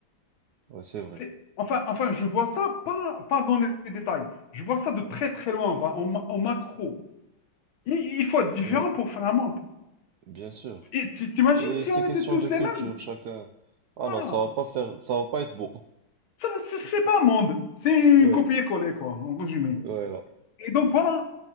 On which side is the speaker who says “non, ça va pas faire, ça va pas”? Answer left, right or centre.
Right